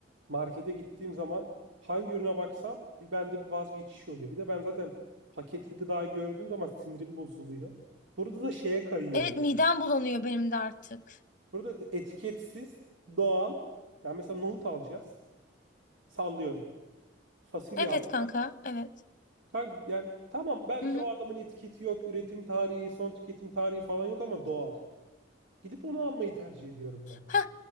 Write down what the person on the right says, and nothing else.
Markete gittiğim zaman hangi ürüne baksam bir bende bir vazgeçiş oluyor. Bir de ben zaten paketli gıdayı gördüğüm zaman sinirim bozuluyor. Burada da şeye kayıyorum.
Burada da etiketsiz, doğal. Yani mesela nohut alacağız. Sallıyorum. Fasulye
alacağız.
Kanka yani tamam belki
o adamın etiketi yok, üretim tarihi, son tüketim tarihi falan yok ama doğal. Gidip onu almayı tercih ediyorum ben.